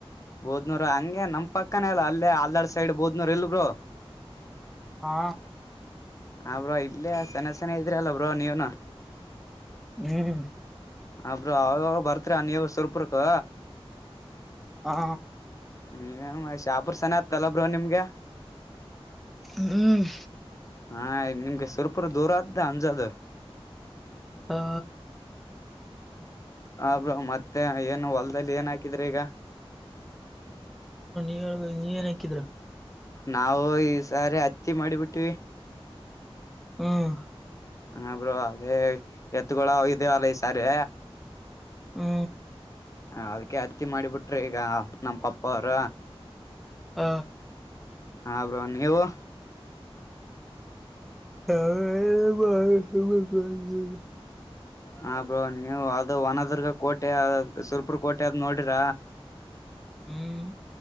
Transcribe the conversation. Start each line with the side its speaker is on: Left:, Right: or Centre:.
Left: ಬೂದ್ನೂರ್ ಹಂಗೆ ನಮ್ ಪಕ್ಕನ ಅಲ್ಲ ಅಲ್ಲೇ ಆಲ್ದಡ್ ಸೈಡ್ ಬೂದ್ನೂರ್ ಇಲ್ಲ ಬ್ರೋ
Centre: ಹಾ
Left: ಹಾ ಬ್ರೋ ಇಲ್ಲೇ ಸನ ಸನ ಇದ್ರ ಅಲ್ಲ ಬ್ರೋ ಬ್ರೋ ನೀವೂನು
Centre: ಹ್ಮ್
Left: ಹಾ ಬ್ರೋ ಅವಾಗ ಬರ್ತ. ನೀವು ಸುರ್ಪುರ್ಕೂ
Centre: ಹಾ.
Left: ನೀವ ಶಾಪುರ್ ಸನತ್ತಲ ಬ್ರೋ ನಿಮ್ಗೆ.
Centre: ಹ್ಮ್.
Left: ಹಾ ನಿಮ್ಗೆ ಸುರಪುರ ದೂರ ಆದ್ದ ಅಂಜದ.
Centre: ಹಾ
Left: ಹಾ ಬ್ರೋ ಮತ್ತೆ ಏನು ಹೊಲ್ದಲ್ಲಿ ಏನ್ ಹಾಕಿದ್ರಿ ಈಗ.
Centre: ಹೇಳ್ಬೇಕು ನೀವೇನ್ ಹಾಕಿದ್ರ.
Left: ನಾವು ಈ ಸಾರಿ ಹತ್ತಿ ಮಾಡಿಬಿಟ್ಟಿವವಿ.
Centre: ಹ್ಮ್.
Left: ಹ ಬ್ರೋ ಅದೇ ಎತ್ತುಗಳು ಅಗಿದವು ಈ ಸರಿ.
Centre: ಹ.
Left: ಅದ್ಕ ಹತ್ತಿ ಮಾಡಿಬಿಟ್ರಿ ಈಗ ನಮ್ಮ ಪಪ್ಪ ಅವರ.
Centre: ಹ್ಮ.
Left: ಹಾ ಬ್ರೋ ನೀವು
Centre: ನಾವು ಏನಿಲ್ಲ ಬ್ರೋ ಸುಮ್ನೆ ಕುಂತಿದೀವಿ
Left: ಹ ಬ್ರೋ ನೀವು ಅದು ಹೊನದುರ್ಗ ಕೋಟೆ ಸುರ್ಪುರ್ ಕೋಟೆ ಆದದ ನೋಡಿರ.
Centre: ಹ್ಮ್.